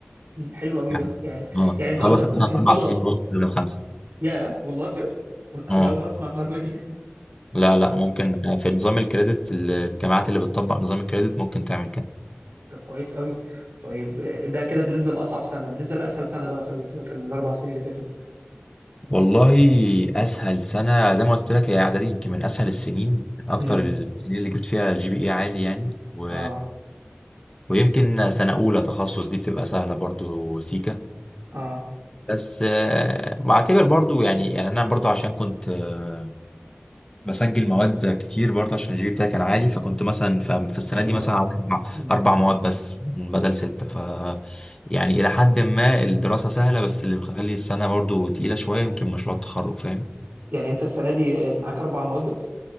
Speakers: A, on the right; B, on the left.
A: أمم. حلو قوي
B: يعني
A: ده يعني
B: اه
A: يعني انت
B: تخلص
A: قصدك ممكن
B: مثلا أربع
A: تضغط
B: سنين ونص بدل خمسة
A: يا والله بجد انا
B: اه
A: أنا اول مره اسمع المعلومه دي <laughs>
B: لا لا
A: طب
B: ممكن في نظام الكريدت الجامعات اللي بتطبق نظام الكريدت ممكن تعمل كده
A: طب كويس قوي طيب آه، ده كده بالنسبه لاصعب سنه بالنسبه لاسهل سنه بقى في ال... في الاربع سنين اللي فاتوا
B: والله اسهل سنه زي ما قلت لك هي اعدادي يمكن من اسهل السنين من اكتر
A: امم
B: السنين اللي جبت فيها الجي بي اي عالي يعني و
A: اه
B: ويمكن سنة أولى تخصص دي بتبقى سهلة برضو سيكا
A: اه
B: بس آه، بعتبر برضو يعني يعني أنا برضو عشان كنت آه، بسجل مواد كتير برضو عشان الجي بي بتاعي كان عالي فكنت مثلا ف- في السنة
A: ما شاء
B: دي
A: الله
B: مثلا على أربع
A: امم
B: أربع مواد بس بدل ستة ف يعني إلى حد ما الدراسة سهلة بس اللي مخلي السنة برضو تقيلة شوية يمكن مشروع التخرج فاهم
A: يعني انت السنه دي آه، معاك اربع مواد بس